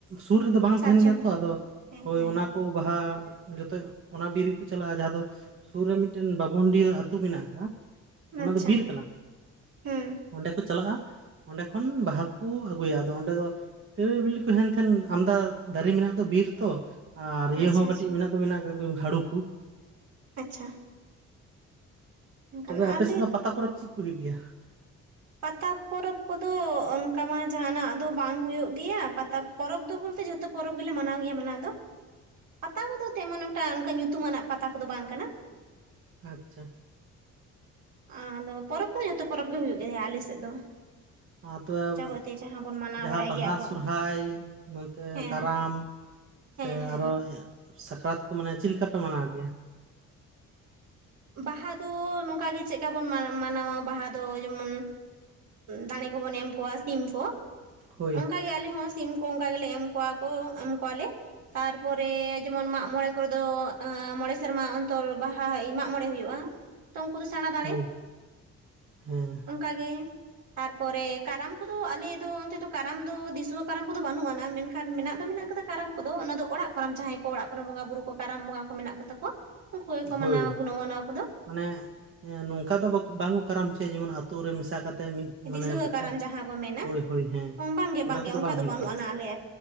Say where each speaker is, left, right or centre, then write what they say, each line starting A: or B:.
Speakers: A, on the right; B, on the right.
A: ᱥᱩᱨ ᱨᱮᱫᱚ ᱵᱟᱝ
B: ᱥᱟᱨᱡᱚᱢ
A: ᱛᱟᱦᱮᱱ ᱜᱮᱭᱟ
B: ᱵᱟᱦᱟ
A: ᱛᱚ ᱟᱫᱚ
B: ᱦᱮᱸ
A: ᱦᱳᱭ
B: ᱦᱮᱸ
A: ᱚᱱᱟᱠᱩ᱾ ᱵᱟᱦᱟ ᱡᱚᱛᱚ ᱚᱱᱟ ᱵᱤᱨ ᱨᱮᱠᱚ ᱪᱟᱞᱟᱜᱼᱟ᱾ ᱡᱟᱦᱟᱸ ᱫᱚ ᱥᱩᱨ ᱨᱮ ᱢᱤᱫᱴᱟᱹᱱ ᱵᱟᱵᱩᱱᱰᱷᱤᱭᱟᱹ ᱟᱹᱛᱩ ᱢᱮᱱᱟᱜ ᱟᱠᱟᱜ-ᱟ᱾ ᱚᱱᱟ
B: ᱟᱪᱪᱷᱟ
A: ᱫᱚ ᱵᱤᱨ ᱠᱟᱱᱟ
B: ᱦᱮᱸ
A: ᱚᱸᱰᱮ ᱠᱚ ᱪᱟᱞᱟᱜᱼᱟ᱾ ᱚᱸᱰᱮ ᱠᱷᱚᱱ ᱵᱟᱦᱟ ᱠᱩ ᱟᱜᱩᱭᱟ, ᱟᱫᱚ ᱚᱸᱰᱮ ᱫᱚ ᱛᱤᱨᱞ ᱵᱤᱞᱤ ᱠᱩ ᱦᱮᱱ ᱛᱷᱮᱱ ᱟᱢᱫᱟ ᱫᱟᱨᱮ ᱢᱮᱱᱟᱜ ᱫᱚ ᱵᱤᱨ ᱛᱚ ᱟᱨ
B: ᱟᱪᱪᱷᱟ
A: ᱤᱭᱟᱹ ᱦᱚᱸ
B: ᱟᱪᱪᱷᱟ
A: ᱠᱟᱹᱴᱤᱡ ᱢᱮᱱᱟᱜ ᱫᱚ ᱢᱮᱱᱟᱜ ᱠᱟᱜ ᱠᱚ ᱦᱟᱹᱲᱩ ᱠᱩ᱾
B: ᱟᱪᱪᱷᱟ᱾ ᱚᱱᱠᱟᱱ
A: ᱛᱚᱵᱮ
B: ᱟᱞᱮ
A: ᱟᱯᱮ ᱥᱮᱫ ᱫᱚ ᱯᱟᱛᱟ ᱯᱚᱨᱚᱵᱽ ᱪᱤᱜ ᱠᱩ ᱦᱩᱭᱩᱜ ᱜᱮᱭᱟ?
B: ᱯᱟᱛᱟ ᱯᱚᱨᱚᱵᱽ ᱠᱚᱫᱚ ᱚᱱᱠᱟ ᱢᱟ ᱡᱟᱦᱱᱟᱜ ᱫᱚ ᱵᱟᱝ, ᱦᱳᱭᱳᱜ ᱜᱮᱭᱟ ᱯᱟᱛᱟ ᱯᱚᱨᱚᱵᱽ ᱫᱚ ᱵᱚᱞᱛᱮ ᱡᱷᱚᱛᱚ ᱯᱚᱨᱚᱵᱽ ᱜᱮᱞᱮ ᱢᱟᱱᱟᱣ ᱜᱮᱭᱟ ᱢᱟᱱᱟᱣ ᱫᱚ᱾ ᱯᱟᱛᱟ ᱠᱚᱫᱚ ᱛᱮᱢᱚᱱ ᱮᱠᱴᱟ ᱚᱱᱠᱟ ᱧᱩᱛᱩᱢ ᱟᱱᱟᱜ ᱯᱟᱛᱟ ᱠᱚᱫᱚ ᱵᱟᱝ ᱠᱟᱱᱟ᱾
A: ᱟᱪᱪᱷᱟ᱾
B: ᱟᱫᱚ ᱯᱚᱨᱚᱵᱽ ᱠᱚᱫᱚ ᱡᱚᱛᱚ ᱯᱚᱨᱚᱵᱽ ᱜᱮ ᱦᱩᱭᱩᱜ ᱜᱮᱭᱟ ᱟᱞᱮ ᱥᱮᱫ ᱫᱚ᱾
A: <unintelligible>
B: ᱡᱟᱵᱚᱛᱤᱭᱚ ᱡᱟᱦᱟᱸ ᱵᱚᱱ ᱢᱟᱱᱟᱣ
A: ᱡᱟᱦᱟᱸ
B: ᱵᱟᱲᱟᱭ
A: ᱵᱟᱦᱟ
B: ᱜᱮᱭᱟ ᱟᱵᱚ
A: ᱥᱚᱨᱦᱟᱭ ᱱᱚᱱᱛᱮ
B: ᱦᱮᱸ
A: ᱠᱟᱨᱟᱢ᱾ ᱥᱮ
B: ᱦᱮᱸ ᱦᱮᱸ
A: ᱟᱨᱚ ᱥᱟᱠᱨᱟᱛ ᱠᱚ ᱢᱟᱱᱮ ᱪᱤᱫ ᱞᱮᱠᱟᱯᱮ ᱢᱟᱱᱟᱣ ᱜᱮᱭᱟ?
B: ᱵᱟᱦᱟ ᱫᱚ ᱱᱚᱝᱠᱟᱜᱮ ᱪᱮᱫᱠᱟ ᱵᱚᱱ ᱢᱟᱱᱟᱣᱟ ᱵᱟᱦᱟ ᱫᱚ ᱡᱮᱢᱚᱱ ᱫᱟᱸᱲᱮ ᱠᱚᱵᱚᱱ ᱮᱢ ᱠᱚᱣᱟ ᱥᱤᱢ ᱠᱚ
A: ᱦᱳᱭ᱾
B: ᱚᱱᱠᱟ ᱜᱮ ᱟᱞᱮ ᱦᱚᱸ ᱥᱤᱢ ᱠᱚ ᱚᱱᱠᱟ ᱜᱮᱞᱮ ᱮᱢ ᱠᱚᱣᱟ ᱠᱚ, ᱮᱢ ᱠᱚᱣᱟᱞᱮ᱾ ᱛᱟᱨᱯᱚᱨᱮ ᱡᱮᱢᱚᱱ ᱢᱟᱜ ᱢᱚᱬᱮ ᱠᱚᱨᱚ ᱫᱚ ᱢᱚᱬᱮ ᱥᱮᱨᱢᱟ ᱚᱱᱛᱚᱨ ᱵᱟᱦᱟ ᱢᱟᱜ ᱢᱚᱬᱮ ᱦᱳᱭᱳᱜᱼᱟ᱾ ᱛᱚ ᱩᱱᱠᱩ ᱫᱚ ᱥᱮᱬᱟ ᱫᱟᱲᱮ
A: ᱦᱳᱭ ᱦᱮᱸ
B: ᱚᱝᱠᱟ ᱜᱮ ᱛᱟᱨᱯᱚᱨᱮ ᱠᱟᱨᱟᱢ ᱠᱚᱫᱚ ᱟᱞᱮ ᱫᱚ ᱚᱱᱛᱮ ᱫᱚ ᱠᱟᱨᱟᱢ ᱫᱚ ᱫᱤᱥᱩᱣᱟᱹ ᱠᱟᱨᱟᱢ ᱠᱚᱫᱚ ᱵᱟᱹᱱᱩᱜ ᱟᱱᱟ᱾ ᱢᱮᱱᱠᱷᱟᱱ ᱢᱮᱱᱟᱜ ᱫᱚ ᱢᱮᱱᱟᱜ ᱠᱟᱫᱟ ᱠᱟᱨᱟᱢ ᱠᱚᱫᱚ ᱚᱱᱟ ᱫᱚ, ᱚᱲᱟᱜ ᱠᱟᱨᱟᱢ ᱡᱟᱦᱟᱸᱭ ᱠᱚ ᱚᱲᱟᱜ ᱠᱚᱨᱮᱱ ᱵᱚᱸᱜᱟ ᱵᱩᱨᱩ ᱠᱚ, ᱠᱟᱨᱟᱢ ᱵᱚᱸᱜᱟ ᱠᱚ ᱢᱮᱱᱟᱜ ᱠᱚᱛᱟ ᱩᱱᱠᱩ ᱜᱮᱠᱚ
A: ᱦᱳᱭ
B: ᱢᱟᱱᱟᱣ ᱜᱩᱱᱟᱹᱣᱟ ᱱᱚᱣᱟ ᱠᱚᱫᱚ
A: ᱢᱟᱱᱮ ᱱᱚᱝᱠᱟ ᱫᱚ ᱵᱟᱝᱠᱚ ᱠᱟᱨᱟᱢ ᱦᱚᱸ ᱪᱚᱭᱟ ᱡᱮᱢᱚᱱ ᱟᱛᱳ ᱨᱮ ᱢᱮᱥᱟ ᱠᱟᱛᱮ ᱢᱤᱫ
B: ᱫᱤᱥᱩᱣᱟᱹ
A: ᱢᱟᱱᱮ ᱵᱚᱪᱷᱚᱨ
B: ᱠᱟᱨᱟᱢ ᱡᱟᱦᱟᱸ ᱠᱚ ᱢᱮᱱᱟ᱾
A: ᱦᱳᱭ ᱦᱳᱭ ᱦᱮᱸ
B: ᱵᱟᱝᱜᱮ
A: ᱚᱱᱟ
B: ᱵᱟᱝᱜᱮ
A: ᱠᱚᱫᱚ
B: ᱚᱝᱠᱟ
A: ᱵᱟᱝ
B: ᱫᱚ
A: ᱦᱩᱭᱩᱜ
B: ᱵᱟᱹᱱᱩᱜ
A: ᱜᱮᱭᱟ
B: ᱟᱱᱟ ᱟᱞᱮ